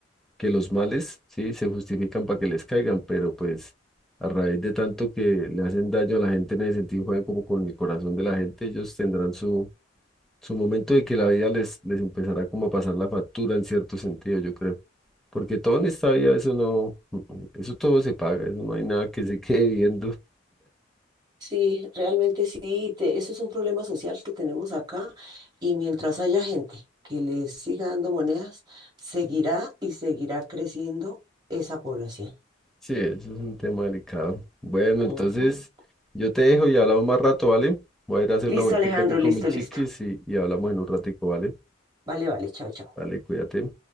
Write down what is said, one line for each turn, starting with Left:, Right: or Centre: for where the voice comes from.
Centre: que los males, sí, se justifican para que les caigan, pero pues a raíz de tanto que le hacen daño a la gente en el sentido, juegan como con el corazón de la gente, ellos tendrán su su momento de que la vida les, les empezará como a pasar la factura en cierto sentido, yo creo. Porque todo en esta vida, eso no, <laughs> eso todo se paga, eso no hay nada que se <laughs> quede viendo.
Right: sí, realmente sí, te- eso es un problema social que tenemos acá y mientras haya gente que les siga dando monedas, seguirá y seguirá creciendo esa población.
Centre: Sí, eso es un tema delicado. Bueno, entonces
Right: Ujú.
Centre: yo te dejo y hablamos más rato, ¿vale? Voy a ir a hacer
Right: Listo,
Centre: una vueltica
Right: Alejandro,
Centre: aquí con
Right: listo,
Centre: mis chiquis
Right: listo.
Centre: y, y hablamos en un ratico, ¿vale?
Right: Vale, vale, chao, chao.
Centre: Vale, cuídate.